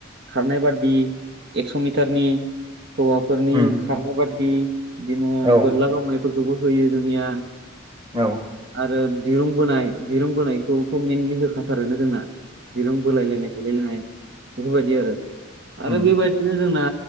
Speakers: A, on the right; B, on the right.
A: खारनाय बादि एक्स' मिटारनि हौवाफोरनि
B: उम
A: खारनाय बादि बिदिनो
B: औ
A: बोरलागावनाय फोरखौबो होयो जोंनिया
B: औ
A: आरो दिरुंबोनाय दिरुंबोनायखौथ' मेनलि होखाथारोनो जोंना दिरुं बोलायलायनाय गेलेलायनाय बेफोरबायदि आरो
B: उम
A: आरो बेबायदिनो जोंना